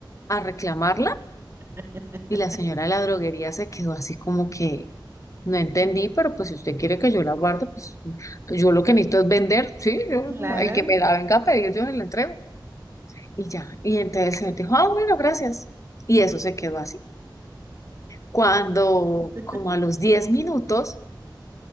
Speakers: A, on the left; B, on the right.
A: a reclamarla
B: <laughs>
A: y la señora de la droguería se quedó así como que no entendí, pero pues si usted quiere que yo la guarde, pues yo lo que necesito es vender, sí, yo-
B: Claro.
A: el que me la venga a pedir yo se la entrego y ya. Y entonces el señor dijo, ah, bueno, gracias. Y eso se quedó así. cuando
B: <laughs>
A: como a los diez minutos